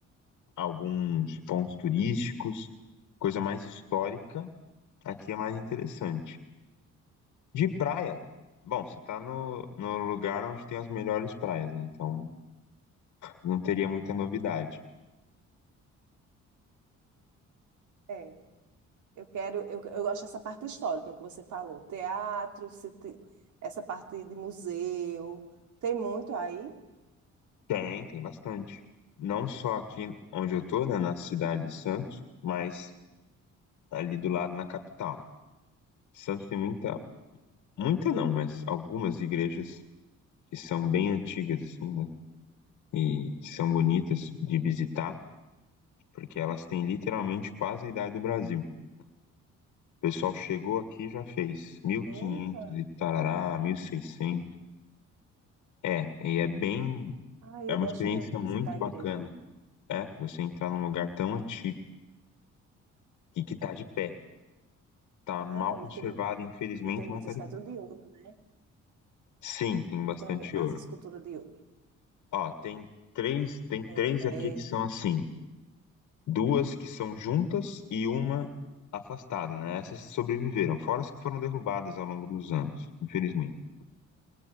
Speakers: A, on the left (about 70°); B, on the right (about 75°).
A: alguns pontos turísticos, coisa mais histórica, aqui é mais interessante. De praia, bom, você tá no, no lugar onde tem as melhores praias, né? Então não teria muita novidade.
B: É, eu quero, eu, eu gosto dessa parte histórica que você falou, teatro, se te- essa parte de museu, tem muito aí?
A: Tem, tem bastante. Não só aqui onde eu tô, né, na cidade de Santos, mas ali do lado na capital. Santos tem muita, muita não, mas algumas igrejas que são bem antigas, assim, né? E que são bonitas de visitar. porque elas têm literalmente quase a idade do Brasil. O pessoal chegou aqui e já fez 1500
B: Eita,
A: e quinhentos e tarará, 1600. É, e é bem,
B: ah, eu
A: é uma
B: gosto
A: experiência
B: muito de visitar
A: muito
B: a igreja.
A: bacana, é, você entrar num lugar tão antigo e que tá de pé. Tá
B: não
A: mal
B: É,
A: conservado,
B: e tem,
A: infelizmente,
B: e tem muitas
A: mas tá de
B: que
A: pé.
B: é de ouro, né?
A: Sim, tem bastante
B: que tem as
A: ouro.
B: esculturas de ouro.
A: Ó, tem três, tem três
B: É, é,
A: aqui que são assim, duas que são juntas e uma afastada, né? Essas sobreviveram, fora as que foram derrubadas ao longo dos anos, infelizmente.